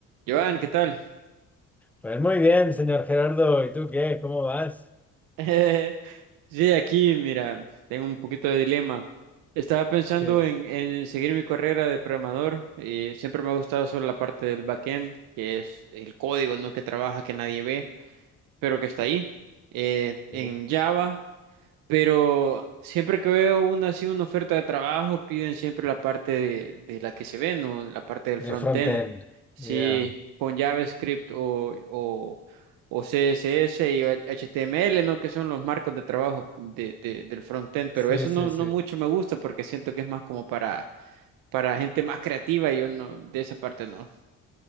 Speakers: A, on the right (about 85°); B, in the centre.
A: Joan, ¿qué tal?
B: Pues muy bien, señor Gerardo. ¿Y tú qué? ¿Cómo vas?
A: <laughs> sí, aquí, mira, tengo un poquito de dilema. Estaba pensando
B: ¿Qué?
A: en, en seguir mi carrera de programador. y siempre me ha gustado solo la parte del backend, que es el código, ¿no? que trabaja, que nadie ve, pero que está ahí. Eh, en
B: Y-
A: Java. Pero siempre que veo una así, una oferta de trabajo, piden siempre la parte de, de la que se ve, ¿no? La parte del frontend.
B: De frontend.
A: Sí,
B: Ya.
A: con JavaScript o, o, o CSS y HTML, ¿no? Que son los marcos de trabajo de, de- del frontend. Pero
B: Sí,
A: eso
B: sí,
A: no,
B: sí.
A: no mucho me gusta porque siento que es más como para, para gente más creativa y yo no, de esa parte no.